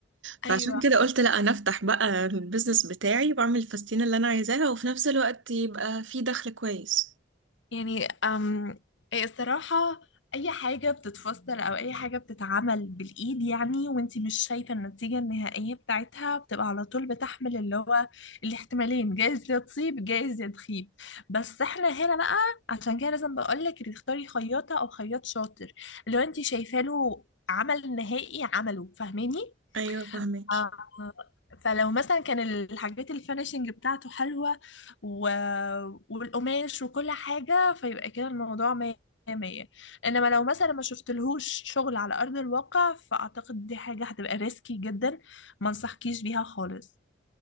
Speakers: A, on the right (about 80°); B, on the left (about 75°).
A: فعشان
B: ايوه
A: كده قلت لا انا افتح بقى البيزنس بتاعي واعمل الفساتين اللي انا عايزاها وفي نفس الوقت يبقى في دخل كويس
B: يعني أم إيه الصراحة أي حاجة بتتفسر أو أي حاجة بتتعمل بالإيد يعني وانتي مش شايفة النتيجة النهائية بتاعتها بتبقى على طول بتحمل اللي هو الاحتمالين جايز يا تصيب جايز يا تخيب بس احنا هنا بقى عشان كده لازم بقولك تختاري خياطة أو خياط شاطر لو انتي شايفة له عمل نهائي عمله فاهماني
A: ايوه فهمك
B: آه، فلو مثلا كان الحاجات الفينيشنج بتاعته حلوة و... والقماش وكل حاجة فيبقى كده الموضوع مية مية انما لو مثلا ما شفتلهوش شغل على ارض الواقع فاعتقد دي حاجة هتبقى ريسكي جدا ما انصحكيش بيها خالص